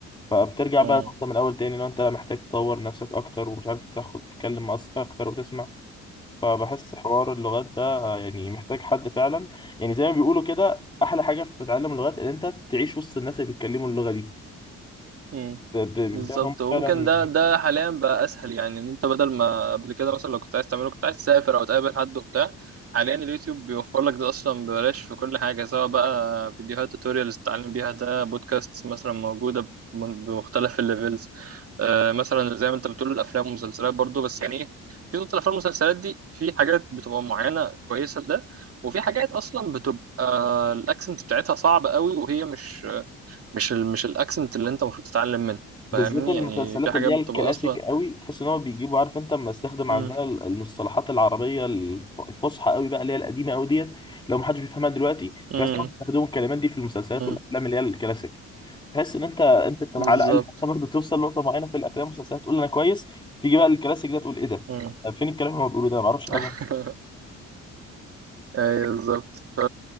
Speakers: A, on the left; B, on the right.
A: فبترجع
B: مم،
A: بقى انت من الاول تاني لو انت محتاج تطور نفسك اكتر ومش عارف تاخد تتكلم أص- اكتر وتسمع فبحس حوار اللغات ده يعني محتاج حد فعلا يعني زي ما بيقولوا كده احلى حاجه في تعلم اللغات ان انت تعيش وسط الناس اللي بيتكلموا اللغه دي
B: مم،
A: ب- ب- بيبدأ
B: بالظبط
A: إن هم
B: وممكن
A: فعلا
B: ده ده حاليا بقى اسهل يعني ان انت بدل ما قبل كده مثلا لو كنت عايز تعمله كنت عايز تسافر او تقابل حد وبتاع حاليا اليوتيوب بيوفر لك ده اصلا ببلاش في كل حاجه سواء بقى فيديوهات توتوريالز تتعلم بيها ده بودكاست مثلا موجوده بم- بمختلف الليفلز آه مثلا زي ما انت بتقول الافلام والمسلسلات برضو بس يعني ايه في نقطه الافلام والمسلسلات دي في حاجات بتبقى معينه كويسه لده وفي حاجات اصلا بتبقى الاكسنت بتاعتها صعب قوي وهي مش مش ال... مش الاكسنت اللي انت المفروض تتعلم منه فاهمني
A: بالذات المسلسلات
B: يعني في حاجات
A: اللي
B: بتبقى
A: هي الكلاسيك
B: اصلا
A: قوي بتحس ان هو بيجيبوا عارف انت لما استخدم
B: امم
A: عندنا ال- المصطلحات العربيه الف- الفصحى قوي بقى اللي هي القديمه قوي ديت لو ما حدش بيفهمها دلوقتي
B: امم
A: بحس انهم بيستخدموا الكلمات دي في المسلسلات
B: امم
A: والافلام اللي هي الكلاسيك تحس ان انت انت انت على
B: بالظبط
A: الاقل حتى برضه توصل لنقطه معينه في الافلام والمسلسلات تقول انا كويس تيجي بقى الكلاسيك ده تقول ايه ده
B: امم
A: فين الكلام اللي هو بيقوله ده ما اعرفش
B: <laughs>
A: حاجه
B: ايوه بالظبط ف...